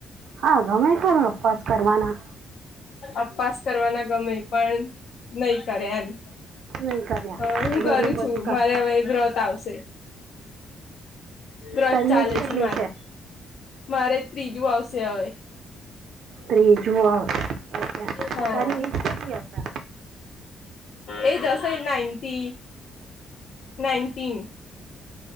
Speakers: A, on the right; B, on the left.
A: હા ગમે ત અપવાસ કરવાના-
B: અપાસ કરવાના ગમે પણ નહી કરે એમ-
A: નહીં કર્યા
B: અહ હું
A: ઘરનું
B: કરું છું
A: બધું કામ
B: મારે હવે વ્રત આવશે, વ્રત
A: તારી
B: ચાલે
A: એજ કેટલી
B: છે મારું. મારે ત્રીજું આવશે હવે.
A: ત્રીજુ આવ <unintelligible>
B: હ
A: તારી એજ કેટલી અતાર?
B: એજ હશે નાઈન્ટી, નાઇન્ટીન.